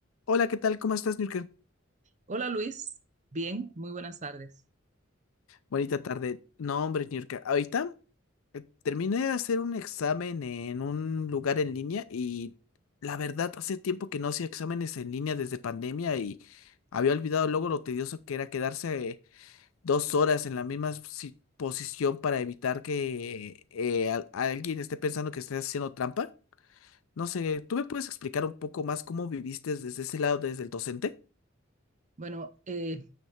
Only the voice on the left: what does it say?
Hola, ¿qué tal? ¿Cómo estás, Nurka?
Bonita tarde. No, hombre, Nurka. Ahorita eh, terminé de hacer un examen en un lugar en línea y la verdad, hace tiempo que no hacía exámenes en línea desde pandemia y había olvidado luego lo tedioso que era quedarse dos horas en la misma si- posición para evitar que eh, al- alguien esté pensando que estés haciendo trampa. No sé, ¿tú me puedes explicar un poco más cómo viviste desde ese lado, desde el docente?